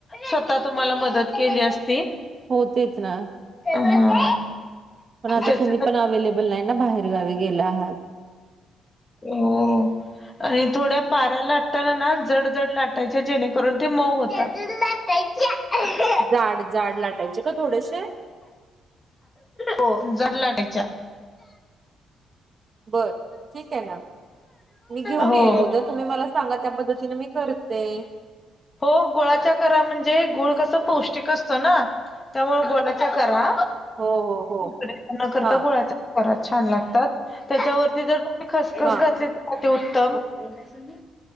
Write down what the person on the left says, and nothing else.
स्वतः तुम्हाला मदत केली असती.
हा
त्याच्या
हो. आणि थोड्या पाऱ्या लाटताना ना जड जड लाटायचे जेणेकरून ते मऊ होतात. या <unintelligible>
हो जड लाढायच्या.
हो
हो गुळाच्या करा म्हणजे गुळ कसं पौष्टिक असतं ना. त्यामुळे गुळाच्या करा
त करता
गुळाच्या. कार छान लागतात त्याच्यावरती जर तुही खसखस
घातली तर अती उत्तम. आणि काय सली